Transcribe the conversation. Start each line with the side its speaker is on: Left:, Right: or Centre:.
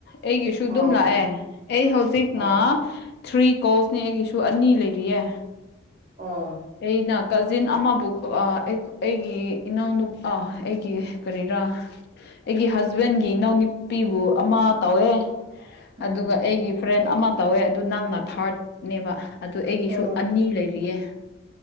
Left: ꯑꯩꯒꯤꯁꯨ ꯑꯗꯨꯝ
Right: ꯑꯣ
Left: ꯂꯥꯛꯑꯦ ꯑꯩ ꯍꯧꯖꯤꯛꯅ
Right: ꯑꯣ
Left: ꯊ꯭ꯔꯤ ꯀꯣꯜꯁꯅꯦ ꯑꯩꯒꯤꯁꯨ ꯑꯅꯤ ꯂꯩꯔꯤꯌꯦ
Right: ꯑꯣ
Left: ꯑꯩꯅ ꯀꯖꯤꯟ ꯑꯃꯕꯨ ꯑ ꯑꯩꯒꯤ ꯏꯅꯥꯎꯅꯨ ꯑꯥ ꯑꯩꯒꯤ ꯀꯔꯤꯔꯥ ꯑꯩꯒꯤ ꯍꯖꯕꯦꯟꯒꯤ ꯏꯅꯥꯎꯅꯨꯄꯤꯕꯨ ꯑꯃ ꯇꯧꯋꯦ ꯑꯗꯨꯒ
Right: ꯎꯝ
Left: ꯑꯩꯒꯤ ꯐ꯭ꯔꯦꯟ ꯑꯃ ꯇꯧꯋꯦ ꯑꯗꯨ ꯅꯪꯅ ꯊꯥꯔꯠꯅꯦꯕ ꯑꯗꯨ ꯑꯩꯒꯤꯁꯨ
Right: ꯑꯣ
Left: ꯑꯅꯤ ꯂꯩꯔꯤꯌꯦ